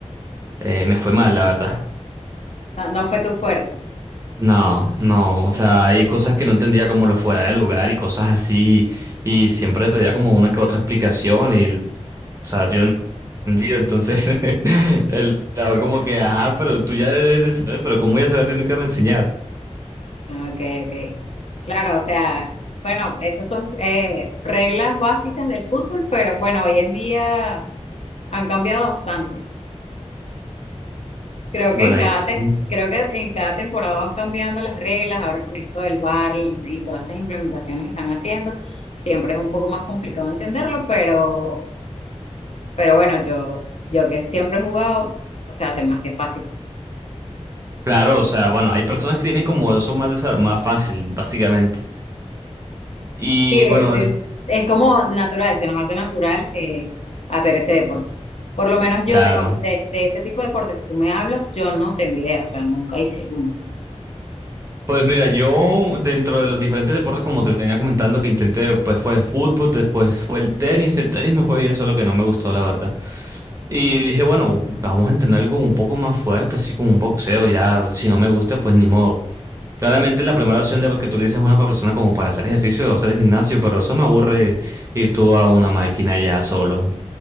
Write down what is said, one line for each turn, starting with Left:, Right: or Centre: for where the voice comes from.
Right: eh, me fue mal, la verdad.
Left: No, no fue tu fuerte.
Right: No, no, o sea, hay cosas que no entendía como lo fuera de lugar y cosas así, y siempre pedía como una que otra explicación y, o sea, yo no entendía, entonces <laughs> el jugador como que, ajá, pero tú ya debes de saber, pero ¿cómo voy a saber si nunca me enseñaron?
Left: Ah, Ok, ok. Claro, o sea, bueno, esas son eh, reglas básicas del fútbol, pero bueno, hoy en día han cambiado bastante. Creo que
Right: Bueno,
Left: en
Right: ahí
Left: cada,
Right: sí.
Left: te- creo que en cada temporada van cambiando las reglas, ahora con esto del VAR y todas esas implementaciones que están haciendo, siempre es un poco más complicado entenderlo, pero Pero bueno, yo, yo que siempre he jugado, o sea, se me hace fácil.
Right: Claro, o sea, bueno, hay personas que tienen como eso más, desa- más fácil, básicamente. Y
Left: Sí, es,
Right: bueno,
Left: es,
Right: eh,
Left: es como natural, se nos hace natural eh, hacer ese deporte. Por lo menos yo
Right: claro.
Left: de, con- de, de ese tipo de deportes que tú me hablas, yo no tengo idea, o sea, nunca hice alguno.
Right: Pues mira, yo dentro de los diferentes deportes, como te venía comentando, que intenté, pues fue el fútbol, después fue el tenis. El tenis me fue bien, solo que no me gustó, la verdad. Y dije, bueno, vamos a entrenar algo un poco más fuerte, así como un boxeo, ya, si no me gusta, pues ni modo. Claramente la primera opción de que tú le dices a una persona como para hacer ejercicio va a ser el gimnasio, pero eso me aburre ir tú a una máquina ya solo,